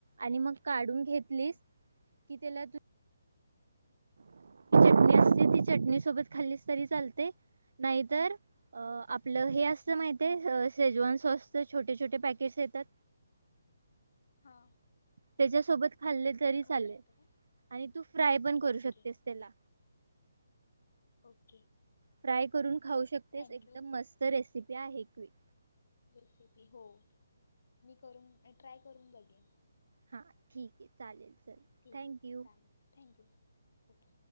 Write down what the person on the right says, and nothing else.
आणि मग काढून घेतलीस
की त्याला तू चटणी असते ती चटणी सोबत खाल्लीस तरी चालते, नाहीतर अ आपलं हे असत माहित आहे. शेजवान सॉस छोटे, छोटे पॅकेटस येतात.
त्याच्यासोबत खाल्ले
तरी
चालेल,
आणि तू फ्राय पण करू
शकतेस त्याला
फ्राय करून खाऊ शकतेस
एकदम मस्त रेसि ते आहे क्यिक
हा ठीक ये चालेल. चल
थँक्यू